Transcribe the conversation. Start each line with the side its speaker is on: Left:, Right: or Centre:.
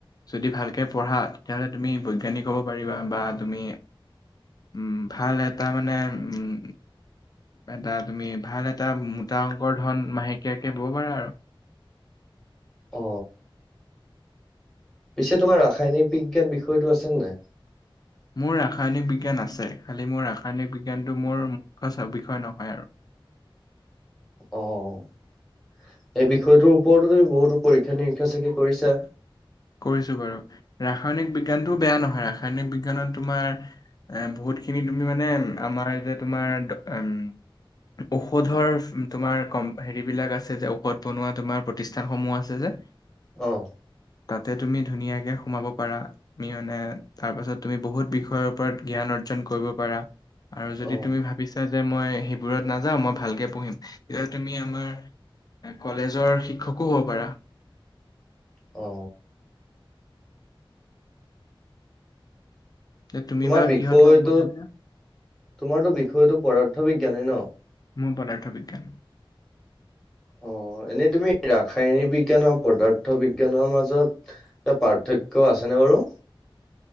Left: যদি ভালকে পঢ়া তেতিয়াহলে তুমি বৈজ্ঞানিক হ'ব পাৰিবা বা তুমি উম ভাল এটাৰ মানে উম। এটা তুমি ভাল এটা মোটা অংকৰ ধন মাহেকীয়াকে লব পাৰা আৰু <unintelligible>
Centre: অ পিছে তোমাৰ ৰাসায়নিক বিজ্ঞান বিষয়টো আছেনে নাই।
Left: মোৰ ৰাসায়নিক বিজ্ঞান আছে, খালি মোৰ ৰাসায়নিক বিজ্ঞানটো মোৰ মুখ্য বিষয় নহয় আৰু।
Centre: আহ। এই বিষয়টোৰ ওপৰতো তুমি বহুতো পৰীক্ষা নিৰীক্ষা চাগে কৰিছা।
Left: কৰিছো বাৰু, ৰাসায়নিক বিজ্ঞানটোও বেয়া নহয় ৰাসায়নিক বিজ্ঞানত তোমাৰ। এ বহুত খিনি তুমি মানে আমাৰ যে তোমাৰ উ। ঔষধৰ তোমাৰ কম হেৰিবিলাক আছে যে ঔষধ বনোৱা তোমাৰ প্ৰতিষ্ঠানসমূহ আছে যে।
Centre: আহ।
Left: তাতে তুমি ধুনীয়াকে সোমাব পাৰা, তুমি মানে তাৰ পাছত তুমি বহুত বিষয়ৰ ওপৰত জ্ঞান অৰ্জন কৰিব পাৰা। আৰু যদি
Centre: অ
Left: তুমি ভাবিছা যে মই সেইবোৰত নাযাওঁ মই ভালকে পঢ়িম, তেতিয়া তুমি আমাৰ। কলেজৰ শিক্ষকো হ'ব পাৰা।
Centre: অ।
Left: যে তুমি
Centre: তোমাৰ
Left: বা
Centre: বিষয়টোত,
Left: কিহত ল'ম বুলি ভাবিছা
Centre: তোমাৰো বিষয়টো পদাৰ্থ বিজ্ঞানেই ন।
Left: মোৰ পদাৰ্থ বিজ্ঞান।
Centre: অ। অ এনেই তুমি ৰাসায়নিক বিজ্ঞান, আৰু পদাৰ্থ বিজ্ঞানৰ মাজত এটা পাৰ্থক্য আছে। কেনে বাৰু।